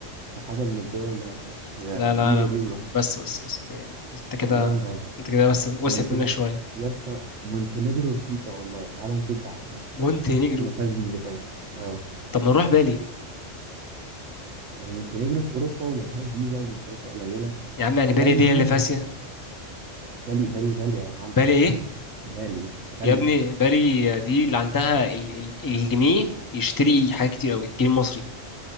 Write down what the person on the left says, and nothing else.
لا لا
لا
بس بس بس يعني انت كده
انت كده بس وسعت
منك شويه
مونتي نيجرو
طب ما نروح بالي
يا عم يعني
بالي دي
اللي
فاسيه
بالي ايه
يا ابني بالي دي اللي عندها ال- ال- الجنيه يشتري حاجات كتير قوي الجنيه المصري